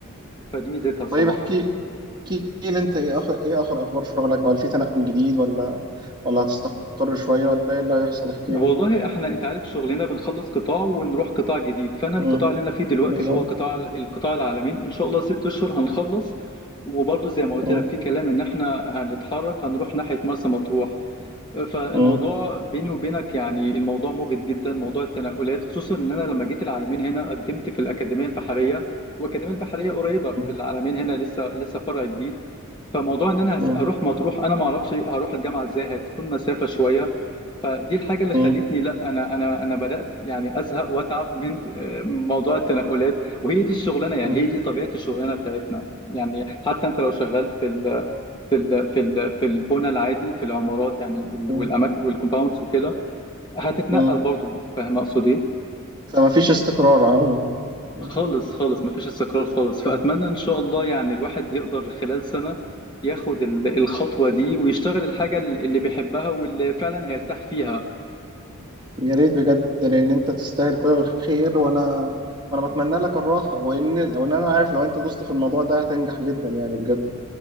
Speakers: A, on the left; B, on the right.
A: فدي ميزتها الصراحة
B: طيب احكي احكي لي انت ايه اخر ايه اخر اخبار شغلك وهل في تنقل جديد ولا ولا هتستقر شويه ولا ايه اللي هيحصل احكي
A: والله
B: لي
A: احنا انت عارف شغلنا بنخلص قطاع ونروح قطاع جديد فانا القطاع
B: مم.
A: اللي انا فيه دلوقتي
B: بالظبط
A: اللي هو قطاع القطاع العالمين ان شاء الله ست اشهر هنخلص وبرضه زي ما قلت
B: مم.
A: لك في كلام ان احنا هنتحرك هنروح ناحية مرسى مطروح فالموضوع
B: مم.
A: بيني وبينك يعني الموضوع مجهد جدا موضوع التنقلات خصوصا ان انا لما جيت العالمين هنا قدمت في الاكاديميه البحريه والاكاديميه البحريه قريبه
B: مم.
A: في العالمين هنا لسه لسه فرع جديد فموضوع ان انا هس-
B: مم.
A: اروح مطروح انا ما اعرفش هروح الجامعه ازاي هتكون مسافه شويه فدي الحاجه اللي
B: مم.
A: خلتني لا انا انا انا بدات يعني ازهق واتعب من آه، موضوع التنقلات وهي دي الشغلانه يعني
B: مم.
A: هي دي طبيعه الشغلانه بتاعتنا يعني حتى انت لو شغال في في ال في ال في البنى العادي في العمارات يعني ال-
B: مم.
A: والاماكن والكومباوندز وكده هتتنقل
B: مم.
A: برضو فاهم اقصد ايه
B: فما فيش استقرار عموما مم.
A: خالص خالص مفيش استقرار خالص فاتمنى
B: مم.
A: ان شاء الله يعني الواحد يقدر خلال سنة ياخد ال- الخطوة دي ويشتغل الحاجة اللي بيحبها واللي فعلا هيرتاح فيها
B: يا ريت بجد لان انت تستاهل كل الخير وانا وانا بتمنى لك الراحه وان وان انا عارف لو انت دوست في الموضوع ده هتنجح جدا يعني بجد